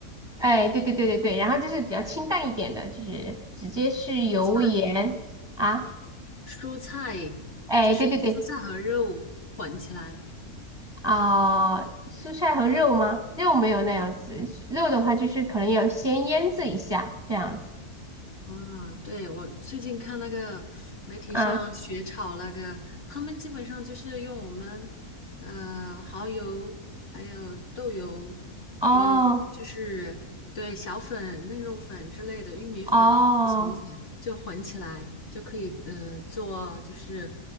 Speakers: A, on the right (about 20°); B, on the left (about 50°).
A: 哎，对对对对对，然后就是比较清淡一点的，就是直接是油盐啊，
B: 蔬菜，蔬菜
A: 哎，
B: 就是蔬菜和肉混起来，
A: 对对对。啊、蔬菜和肉吗？肉没有那样子，肉的话就是可能要先腌制一下这样子
B: 啊，对，我最近看那个媒体上学炒那个，
A: 啊。
B: 他们基本上就是用我们呃蚝油，还有豆油，
A: 哦
B: 还有就是对小粉、嫩肉粉之类的玉米粉，
A: 哦
B: 粉，正什么粉就混起来就可以呃做，就是